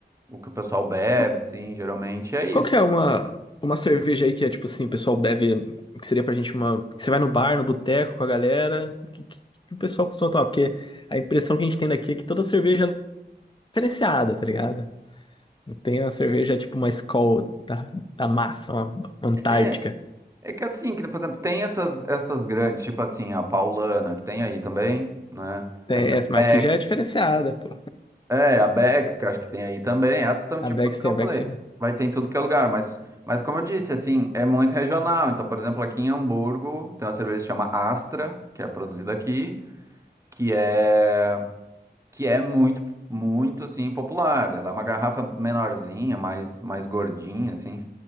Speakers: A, on the right (about 15°); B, on the left (about 25°).
A: o que o pessoal bebe,
B: Uhum.
A: assim, geralmente é isso.
B: Qual que é uma, uma cerveja aí que é tipo assim, o pessoal bebe, que seria pra gente uma. Que você vai no bar, no boteco com a galera, que, que- que o pessoal costuma tomar? Porque a impressão que a gente tem daqui é que toda cerveja é diferenciada, tá ligado? Não Tem uma cerveja tipo uma Skol da, da massa, uma uma Antártica.
A: É, é que assim, que, por exemplo, tem essas, essas grandes, tipo assim, a Paulana, que tem aí também, né?
B: Tem
A: Aí tem
B: essa, mas
A: a Beck's,
B: aqui já é diferenciada, pô.
A: É, a Bex, que eu acho que tem aí também. Essas são
B: A
A: tipo
B: Beck's
A: o que
B: tem
A: eu
B: a Beck's
A: falei.
B: já.
A: Vai ter em tudo que é lugar, mas, mas como eu disse, assim, é muito regional. Então, por exemplo, aqui em Hamburgo tem uma cerveja que chama Astra, que é produzida aqui, que é que é muito, muito assim popular. Ela é uma garrafa menorzinha, mais mais gordinha, assim.